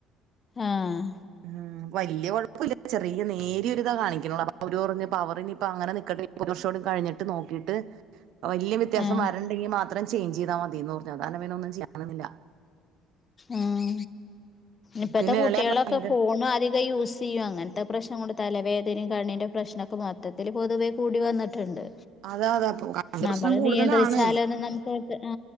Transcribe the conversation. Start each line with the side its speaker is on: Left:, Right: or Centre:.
Left: ആഹ
Right: ഉം വലിയകൊയപ്പ ല്ല ചെറിയ നേരിയൊരിതാ കാണിക്കണള്ളൂ അപ്പൊ അവര് പറന്ന് പവർ ഇനി അങ്ങനെ നിക്കട്ടെ ഒരു വർഷോടും കഴിഞ്ഞിട്ട് നോക്കീട്ട് വലയ വ്യത്യാസം
Left: ആഹ്
Right: വരണ്ടെങ്കി മാത്രം ചേയ്ഞ്ച് ചെയ്താൽ മതിന്ന് പറഞ്ഞാ പിനെ ഒന്നും ചെയ്യാനുന്നില്ല
Left: ആഹ ഇപ്പഴത്തെ
Right: പിന്നെ
Left: കുട്ടികളൊക്കെ
Right: ഇളയ
Left: ഫോൺ അധികം യൂസ് ചെയ്യും അങ്ങനത്തെ പ്രശ്നം കൊണ്ട് തലവേദനയും കണ്ണിൻ്റെ പ്രശ്നമൊക്കെ മൊത്തത്തിൽ പൊതുവേ കൂടി വന്നിട്ടുണ്ട്
Right: അതാ അതാ ഇപ്പൊ കറണ്ട്
Left: നമ്മള്
Right: പ്രശ്നം കൂടുതലാണ്
Left: നിയന്ത്രിച്ചാലെ നമുക്ക് ആ